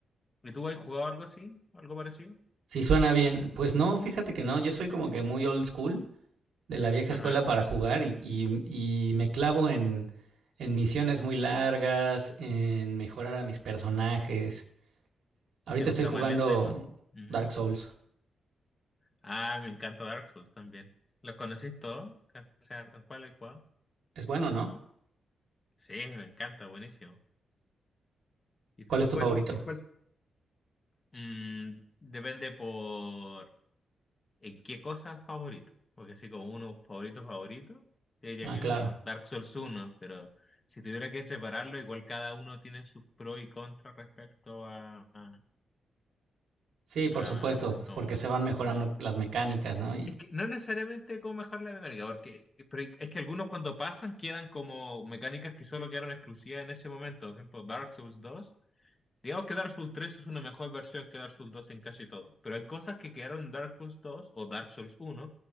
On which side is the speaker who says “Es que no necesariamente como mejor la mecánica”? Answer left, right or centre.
Left